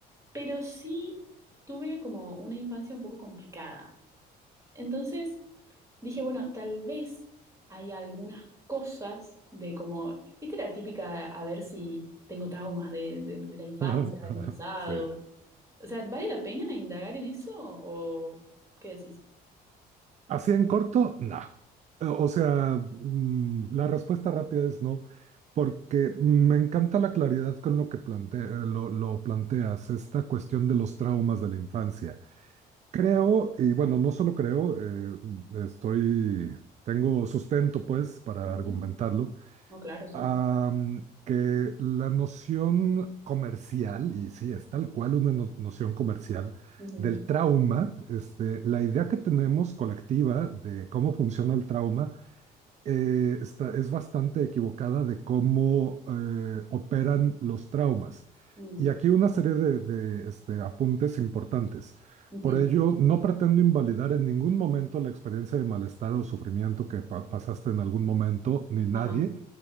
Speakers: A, on the right; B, on the right.
A: pero sí tuve como una infancia un poco complicada. Entonces dije, bueno, tal vez hay algunas cosas de como, viste la típica, a ver si tengo traumas de, de- de la infancia,
B: <laughs>
A: de mi pasado.
B: Sí.
A: O sea, ¿vale la pena indagar en eso o qué decís?
B: Así en corto, nah. O sea, mm, la respuesta rápida es no, porque me encanta la claridad con lo que plantea, lo, lo planteas, esta cuestión de los traumas de la infancia. Creo, y bueno, no solo creo, eh, estoy, tengo sustento pues para
A: Ujú.
B: argumentarlo
A: No, claro, sí.
B: am, que la noción comercial, y sí, es tal cual una no- noción comercial
A: Ujú.
B: del trauma, este, la idea que tenemos colectiva de cómo funciona el trauma eh, está, es bastante equivocada de cómo eh, operan los traumas.
A: Mm.
B: Y aquí una serie de, de, este, apuntes importantes.
A: Ujú.
B: Por ello, no pretendo invalidar en ningún momento la experiencia de malestar o sufrimiento que pa- pasaste en algún momento, ni nadie.
A: Ajá.